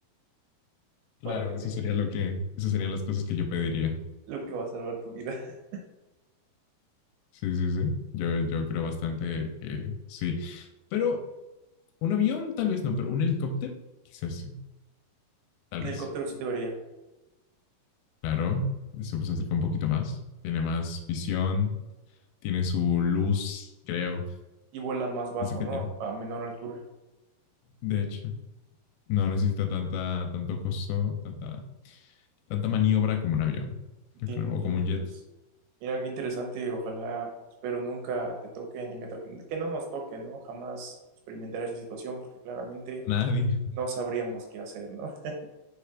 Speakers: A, on the left; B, on the right.
A: Claro,
B: para que
A: eso
B: te,
A: sería lo que, esas serían las cosas que yo pediría.
B: lo que va a salvar tu vida. <laughs>
A: Sí, sí, sí. Yo, yo creo bastante que sí. Pero un avión, tal vez no, pero un helicóptero, quizás sí, tal
B: Un
A: vez.
B: helicóptero sí te vería.
A: Claro, se puede acercar un poquito más. Tiene más visión, tiene su luz, creo.
B: Y vuelan más bajo,
A: No sé qué
B: ¿no?
A: tiene.
B: A menor altura.
A: De hecho, no necesita tanta, tanto costo, tanta, tanta maniobra como un avión,
B: Entiendo,
A: yo creo,
B: entiendo,
A: o como un jet.
B: pues. Mira qué interesante, ojalá, espero nunca te toque ni me toquen, que no nos toque, ¿no? Jamás experimentar esa situación porque claramente
A: A nadie.
B: no sabríamos qué hacer, ¿no? <laughs>